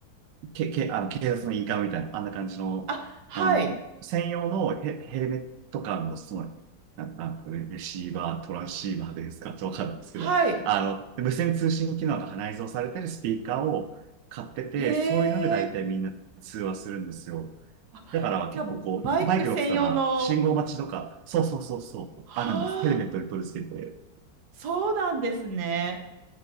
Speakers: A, on the right; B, on the right.
A: け、け、あの、警察のインカムみたいな、あんな感じの、
B: あ、はい、
A: あの、専用のヘ、ヘルメット感の、その、な、なんかレ、レシーバー、トランシーバーですかちょっとわかんないですけど、
B: はい。
A: あの、無線通信機能が内蔵されてるスピーカーを買ってて、
B: へえ。
A: そういうので大体みんな通話するんですよ。
B: あ、
A: だから結構こう、
B: じゃあ、バイク専用の、
A: バイク乗ってたら、信号待ちとか、そうそうそうそう、
B: はあ、
A: あるんです。ヘルメットに取り付けて、
B: そうなんですね。